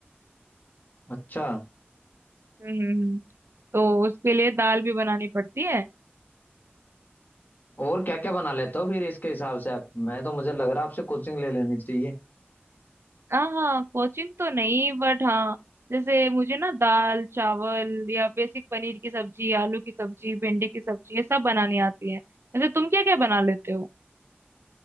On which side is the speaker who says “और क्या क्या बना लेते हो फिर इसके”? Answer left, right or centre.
Left